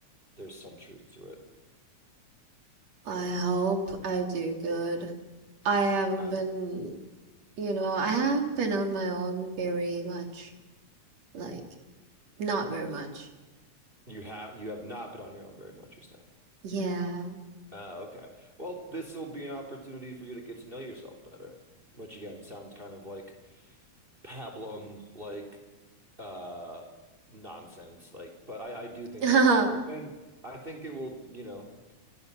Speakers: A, on the right; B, on the right.
A: there's some truth to it.
B: I hope I do good. I haven't
A: I'm
B: been, you know, I haven't been on my own very much, like not very much.
A: you have you have not been on your own very much, you're saying.
B: Yeah.
A: Oh, okay. Well, this will be an opportunity for you to get to know yourself better, which again sounds kind of like pablum like uh nonsense like but I I do think
B: <laughs>
A: that's true and I think it will you know